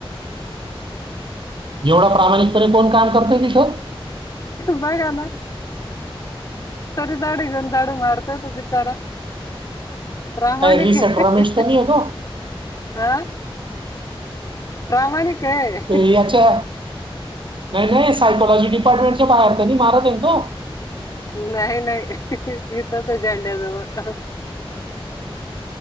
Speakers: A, on the right; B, on the left.
A: एवढा प्रामाणिकपणे कोण काम करतय तिथं
B: बघा न. तरी दाडी घेऊन झाडू मारतय तो बिचारा. प्रामाणिक
A: काय रिसेट
B: आहे.
A: रमेश तर नाही आहे तो
B: हा. प्रामाणिक आहे
A: ते याच्या नाही नाही सायकॉोलॉजी डिपार्टमेंटच्या बाहेर नाही मारत आहे तो.
B: नाही नाही इथंच आहे झंड्याजवळ.